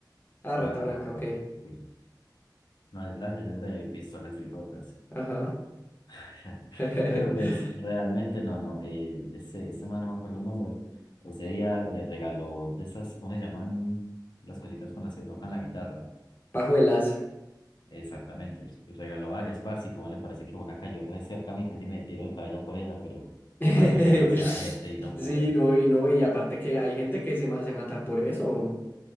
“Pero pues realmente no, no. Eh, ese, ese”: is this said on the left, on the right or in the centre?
Left